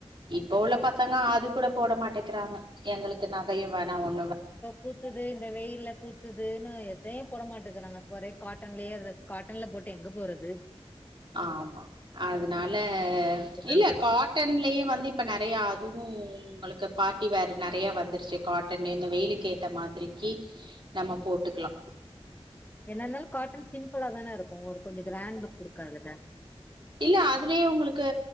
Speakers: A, on the right (about 50°); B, on the left (about 15°).
A: இப்போ உள்ள பசங்க அது கூட போட மாட்டேக்கிறாங்க எங்களுக்கு நகையும் வேணாம் ஒண்ணும் வேண
B: குத்துது இந்த வெயில குத்துதுன்னு எத போட மாட்டேங்கிறாங்க ஒரே காட்டன்லயே காட்டன்ல போட்டு எங்க போறது
A: ஆமா அதனால
B: அப்டிதா
A: இல்ல
B: பண்றா
A: காட்டன்லயே வந்து இப்ப நிறைய அதுவும் உங்களுக்கு பார்ட்டி வேர் நிறைய வந்துருச்சு காட்டன் இந்த வெயிலுக்கு ஏத்த மாத்தி திரிகி நம்ம போட்டுக்கலாம்
B: என்ன இருந்தாலும் காட்டன் சிம்பிளா தானே இருக்கும் ஒரு கொஞ்சம் கிராண்ட் லுக் கொடுக்கதுல
A: இல்ல அதுலயே உங்களுக்கு